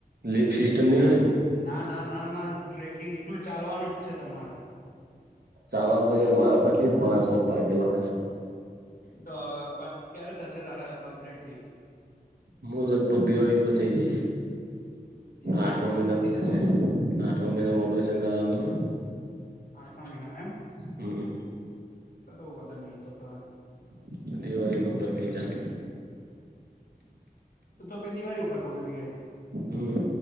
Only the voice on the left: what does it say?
મજા
ના ના ના ના ટ્રેકિંગ એકલું ચાલવાનું જ છે તમારે.
તો હવે પત ક્યારે થશે તારે હવે કમ્પ્લેટલી?
દિવાળી
પર
પતી જશે
આઠમા મહિનામાં એમ?
તો તો વોધો નહી તો તો
તો તો પહી દિવાળી ઉપર ગોઠવીએ.